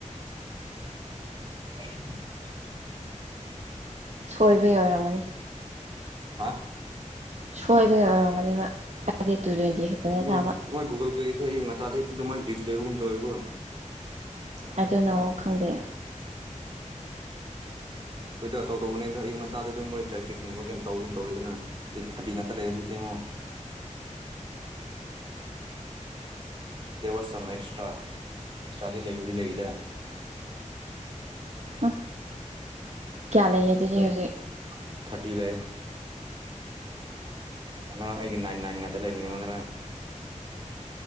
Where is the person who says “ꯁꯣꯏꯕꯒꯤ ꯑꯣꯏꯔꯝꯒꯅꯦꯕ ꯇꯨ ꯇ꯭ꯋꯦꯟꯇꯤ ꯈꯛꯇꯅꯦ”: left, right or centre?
Right